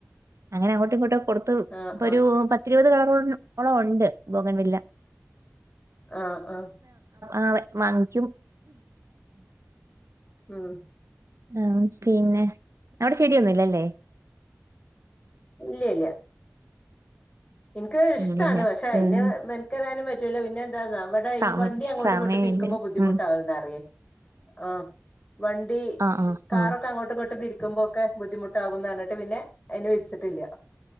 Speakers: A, on the right; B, on the left.
A: അങ്ങനെ അങ്ങോട്ടും ഇങ്ങോട്ടും കൊടുത്ത്
B: ആഹ്
A: ഇപ്പൊ ഒരു പത്തിരുപത് കളറളം ഉണ്ട് ബോഗൻ വില്ല
B: ആഹ
A: ആ വാങ്ങിക്കും
B: ആഹ
A: ആ പിന്നെ അവിടെ ചെടിയൊന്നും ഇല്ലല്ലേ
B: ഇല്ല ഇല്യ എനിക്ക് ഇഷ്ടമാണ്
A: ഇല്ലില്ല
B: പക്ഷെ അയിന്
A: ഉം,
B: മെനക്കെടാനും പറ്റൂല പിന്നെ എന്താന്ന നമ്മടെ
A: സമ
B: ഈ വണ്ടി അങ്ങോട്ടും
A: സമയമില്ല
B: ഇങ്ങോട്ടും തിരിക്കുമ്പോ ബുദ്ധിമുട്ടാകും
A: ഉം
B: നിറിയേ ആ വണ്ടി
A: ആ ആ
B: കാറൊക്കെ
A: ആ
B: അങ്ങോട്ടും ഇങ്ങോട്ടും തിരിക്ക വെക്കുമ്പോക്കെ ബുദ്ധിമുട്ടാകുന്നുപറഞ്ഞിട്ട് പിന്നെ അയിന് വെച്ചിട്ടില്ല